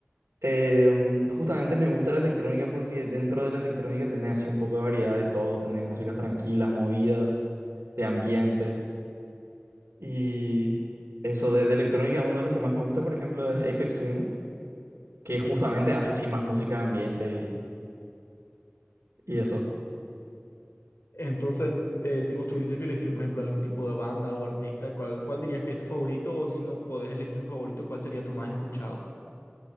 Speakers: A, on the right (about 90°); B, on the left (about 70°).
A: Em, justamente me gusta la electrónica porque dentro de la electrónica tenés así un poco de variedad de todo. Tenés músicas tranquilas, movidas, de ambiente. Y eso de, de electrónica, uno de los que más me gusta, por ejemplo, es Aphex Twin, que justamente hace así más música de ambiente y, y eso.
B: Entonces, eh, si vos tuvieses que elegir, por ejemplo, algún tipo de banda o artista, ¿cuál, cuál dirías que es tu favorito? O si no podés elegir un favorito, ¿cuál sería tu más escuchado?